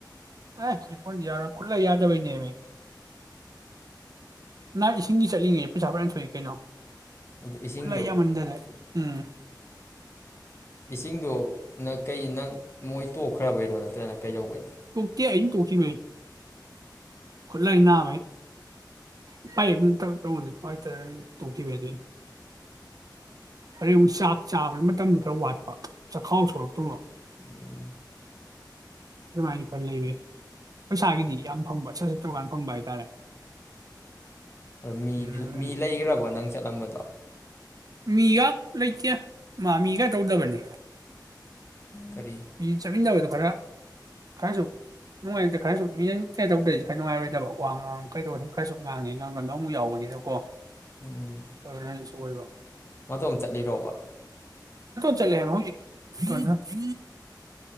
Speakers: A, on the right; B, on the left.
A: ꯑꯦ <unintelligible> ꯌꯥꯔꯣꯏ ꯈꯨꯠꯂꯥꯏ ꯌꯥꯗꯕꯩꯅꯦꯃꯤ ꯅꯍꯥꯟ ꯏꯁꯤꯡꯒꯤ ꯆꯠꯂꯤꯉꯩꯗ ꯄꯩꯁꯥ ꯐꯔꯌꯥꯝ ꯊꯣꯛꯏ ꯀꯩꯅꯣ
B: ꯑꯗ ꯏꯁꯤꯡꯗꯣ
A: ꯈꯨꯠꯂꯥꯏ ꯌꯥꯝꯃꯟꯗꯗꯦ ꯎꯝ
B: ꯏꯁꯤꯡꯗꯣ ꯅꯪ ꯀꯩꯒꯤ ꯅꯪ ꯃꯣꯏ ꯇꯣꯛꯈ꯭ꯔꯥꯕꯩꯔꯣ ꯅꯠꯇ꯭ꯔꯅ ꯀꯩꯗꯧꯕꯩꯅꯣ
A: ꯇꯣꯛꯇꯦ ꯑꯩꯅ ꯇꯣꯛꯈꯤꯕꯅꯦ ꯈꯨꯠꯂꯥꯏ ꯅꯥꯕꯩ <unintelligible> ꯇꯣꯛꯈꯤꯕꯗꯩ ꯑꯗꯩ ꯑꯃꯨꯛ ꯆꯥꯛ ꯆꯥꯕꯗ ꯃꯇꯝꯗ ꯈꯔ ꯋꯥꯠꯄ ꯆꯈꯥꯎ ꯁꯣꯔꯛꯇꯧꯕ
B: ꯎꯝ
A: ꯑꯗꯨꯃꯥꯏꯅ ꯈꯔ ꯂꯩꯕ ꯄꯩꯁꯥꯒꯤꯗꯤ ꯌꯥꯝ ꯐꯪꯕ ꯁꯠ ꯁꯠ ꯆꯧ ꯀꯥꯟ ꯐꯪꯕ ꯍꯥꯏꯇꯥꯔꯦ
B: ꯑꯗꯨ ꯃꯤꯗꯤ
A: ꯎꯝ
B: ꯃꯤ ꯂꯩꯈ꯭ꯔꯕꯣ ꯅꯪ ꯆꯠꯂꯝꯕꯗꯣ
A: ꯃꯤꯒ ꯂꯩꯇꯦ ꯃꯥ ꯃꯤꯒ ꯇꯧꯗꯕꯅꯤ
B: ꯀꯔꯤ
A: ꯃꯤ ꯆꯠꯃꯤꯟꯅꯕꯗꯨꯣ ꯈꯔ ꯈꯔꯁꯨ ꯅꯨꯡꯉꯥꯏꯇ꯭ꯔ ꯈꯔꯁꯨ ꯃꯤꯅ ꯀꯩꯗꯧꯗ꯭ꯔꯗꯤ ꯈꯔ ꯅꯨꯡꯉꯥꯏꯔꯣꯏꯗꯕ ꯋꯥ ꯉꯥꯡ ꯀꯩꯗꯧꯔ ꯁꯨꯝ ꯈꯔꯁꯨ ꯉꯥꯡꯉꯦ ꯉꯥꯡꯒꯟꯗꯣ ꯑꯃꯨꯛ ꯌꯥꯎꯕꯅꯤꯅꯀꯣ
B: ꯎꯝ
A: ꯑꯗꯨꯅꯁꯨ ꯑꯣꯏꯕ
B: ꯃꯇꯣꯝ ꯆꯠꯂꯤꯔꯣꯕ
A: ꯆꯂꯦ ꯍꯥꯏꯃꯦ ꯍꯧꯖꯤꯛ ꯇꯣꯏꯅ <unintelligible>